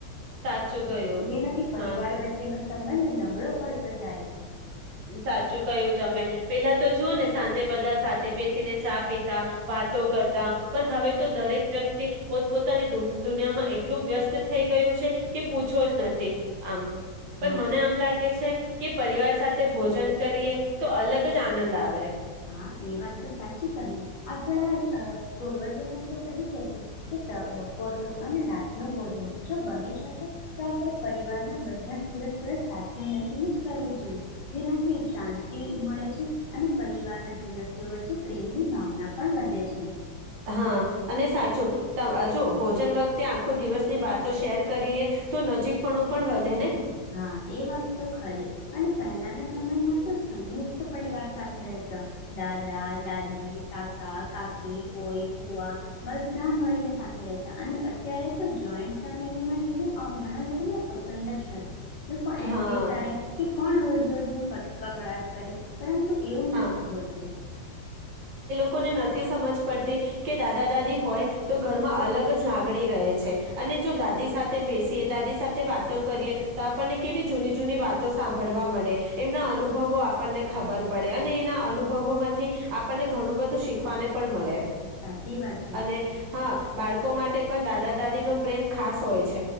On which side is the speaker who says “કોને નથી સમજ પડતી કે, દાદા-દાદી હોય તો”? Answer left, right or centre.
Right